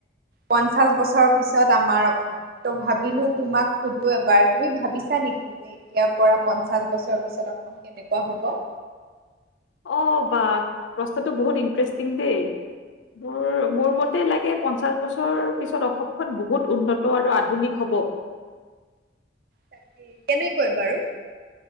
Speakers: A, on the right (about 50°); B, on the left (about 85°).
A: পঞ্চাশ বছৰৰ পিছত আমাৰ অসমত। ত' ভাবিলো তোমাক সুধো এবাৰ তুমি ভাবিছা ভাবা নেকি যে এতিয়াৰ পৰা পঞ্চাশ বছৰ পিছত অসম কেনেকুৱা হ'ব?
B: অ, বা প্ৰশ্নটো বহুত ইণ্টাৰেষ্টিং দেই মোৰ মোৰ মতে, তে লাগে পঞ্চাশ বছৰৰ পিছত অসমখন বহুত উন্নত আৰু আধুনিক হ'ব।
A: তাকে কেনেকৈ বাৰু